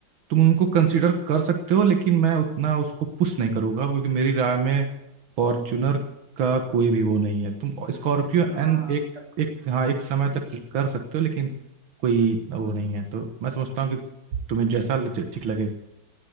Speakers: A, on the right; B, on the right.
A: तुम उनको कंसीडर
B: हाँ
A: कर सकते हो लेकिन मैं उतना उसको पुश नहीं करूंगा क्योंकि मेरी राय में फॉर्च्यूनर का कोई भी वो नहीं है तुम स्कॉर्पियो
B: हाँ
A: एंड
B: हाँ
A: एक
B: टक्कर
A: एक
B: तो
A: हाँ एक समय तक कर सकते हो लेकिन कोई वो नहीं है तो मैं समझता हूँ कि तुम्हें जैसा ल- ठीक लगे